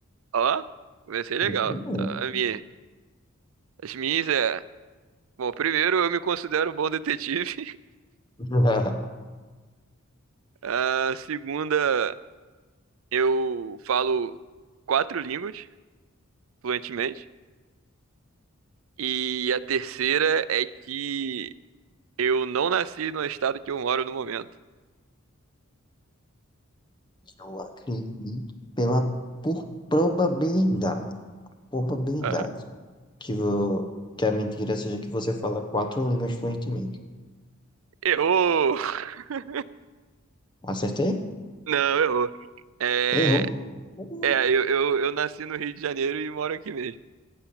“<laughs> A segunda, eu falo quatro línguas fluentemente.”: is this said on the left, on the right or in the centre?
Right